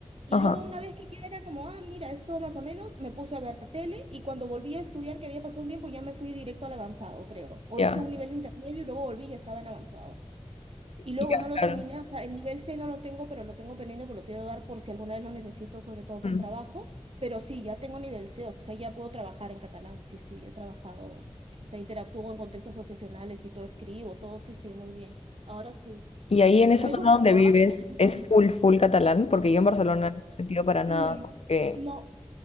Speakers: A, on the right; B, on the left.
A: y
B: Ajá,
A: luego una vez que ya era como, ah, mira, esto más o menos, me puse a ver tele y cuando volví a estudiar, que había pasado un tiempo, ya me fui directo al avanzado, creo. O
B: ya,
A: hice un nivel intermedio y luego volví y ya estaba en avanzado. Y luego
B: ya,
A: no lo
B: claro.
A: terminé, o sea, el nivel C no lo tengo, pero lo tengo pendiente porque lo quiero dar por si alguna vez lo necesito, sobre todo por
B: Mm.
A: trabajo. Pero sí, ya tengo nivel C, o sea, ya puedo trabajar en catalán. Sí, sí, he trabajado, o sea, interactúo en contextos profesionales y todo escribo, todo, sí, sí, muy bien. Ahora sí.
B: Y ahí en
A: Pero
B: esa
A: es
B: zona
A: bonito,
B: donde vives es
A: ¿ah?
B: full, full catalán, porque yo en Barcelona no he sentido para nada
A: Mm,
B: como que...
A: No,